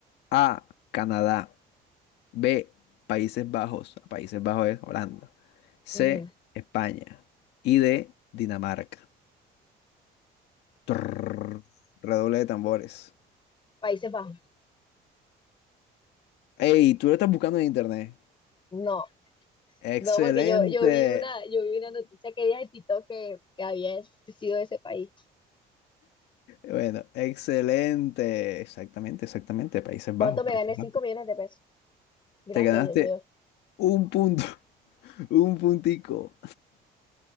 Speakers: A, on the left; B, on the left.
A: A. Canadá. B. Países Bajos. Países Bajos es Holanda. C.
B: Ujú.
A: España. Y D. Dinamarca. Trrr. redoble de tambores.
B: Países Bajos.
A: Hey, tú lo estás buscando en internet.
B: No,
A: Excelente.
B: no, porque yo, yo vi una, yo vi una noticia que día de TikTok que, que había sido ese país.
A: Bueno, excelente. Exactamente, exactamente. Países
B: ¿Cuánto
A: Bajos,
B: me
A: Países
B: gané? cinco
A: Bajos.
B: millones de pesos. Gracias,
A: Te ganaste
B: Dios mío.
A: un punto, <laughs> un puntico.